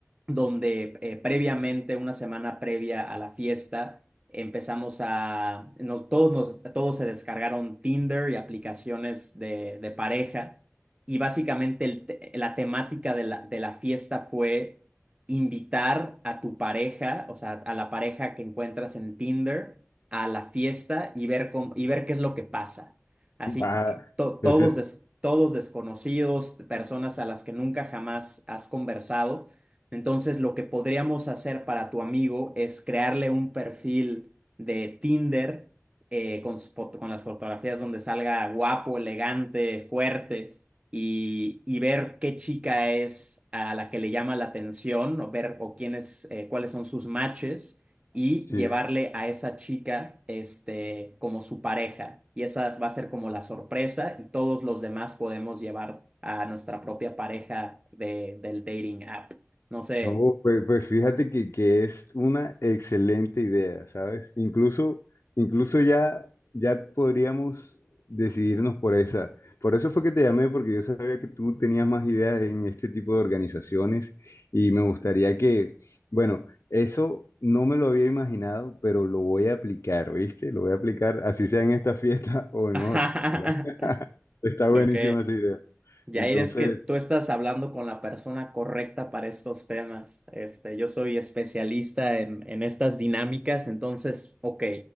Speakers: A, on the right; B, on the left.
A: donde eh, previamente, una semana previa a la fiesta, empezamos a, nos- todos, nos, todos se descargaron Tinder y aplicaciones de, de pareja y básicamente el te- la temática de la, de la fiesta fue invitar a tu pareja, o sea, a la pareja que encuentras en Tinder, a la fiesta y ver cómo- y ver qué es lo que pasa. Así
B: <laughs> va.
A: que to- todos,
B: Ese-
A: des- todos desconocidos, personas a las que nunca jamás has conversado. Entonces, lo que podríamos hacer para tu amigo es crearle un perfil de Tinder eh, con, su foto- con las fotografías donde salga guapo, elegante, fuerte y, y ver qué chica es a la que le llama la atención, o ver o quiénes, eh, cuáles son sus matches, y
B: sí.
A: llevarle a esa chica este, como su pareja. Y esa va a ser como la sorpresa, y todos los demás podemos llevar a nuestra propia pareja de, del dating app. No sé.
B: No, pues, pues fíjate que, que es una excelente idea, ¿sabes? Incluso, incluso ya, ya podríamos decidirnos por esa. Por eso fue que te llamé, porque yo sabía que tú tenías más ideas en este tipo de organizaciones y me gustaría que, bueno, eso no me lo había imaginado, pero lo voy a aplicar, ¿viste? Lo voy a aplicar, así sea en esta fiesta <laughs> o en
A: <laughs>
B: otra. <laughs> Está buenísima
A: Ok.
B: esa idea.
A: Yair,
B: Entonces...
A: es que tú estás hablando con la persona correcta para estos temas. Este, yo soy especialista en, en estas dinámicas, entonces, ok,